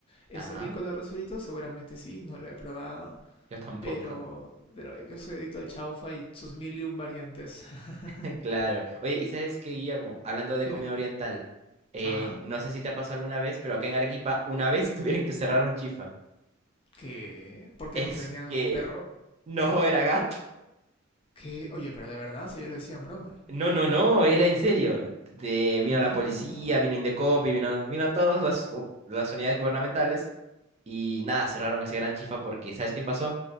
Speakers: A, on the left; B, on the right.
A: ¿Es
B: Ajá,
A: rico el arroz frito? Seguramente sí, no lo he probado,
B: yo tampoco.
A: pero, pero yo soy adicto al chaufa y sus mil y un variantes. <laughs>
B: <laughs> Claro. Oye, ¿y sabes qué, Guillermo? Hablando de
A: Dime.
B: comida oriental, eh,
A: Ah,
B: no sé si te ha pasado alguna vez, pero acá en Arequipa una vez <laughs> tuvieron que cerrar un chifa.
A: ¿qué? ¿Por qué?
B: Es
A: ¿Porque vendían
B: que
A: un perro?
B: no era gato.
A: ¿Qué? Oye, pero de verdad, o sea, yo lo decía en broma.
B: No, no, no, era en serio. Te- vino la
A: No.
B: policía, vino Indecopi, vino, vino todas las, gu- las unidades gubernamentales y nada, cerraron ese gran chifa porque, ¿sabes qué pasó?